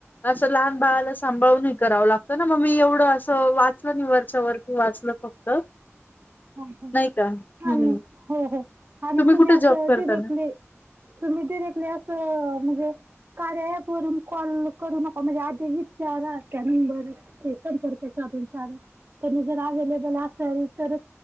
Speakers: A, on the left; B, on the right.
A: असं लहान बाळाला सांभाळून का, कराव लागत ना मग मी एवढं अस वाचलं वरच्या वरती वाचलं फक्त
B: ह ह
A: नाही का हम्म
B: आणि हो हो आणि तुम्ही
A: कुठे
B: असं
A: जॉब करता
B: डिरेक्टली
A: ना
B: तुम्ही डिरेक्टली असं म्हणजे, कार्यापरून कॉल करू नका म्हणजे आधी विचारा त्या नंबर ते संपर्क जर अबल असल तर,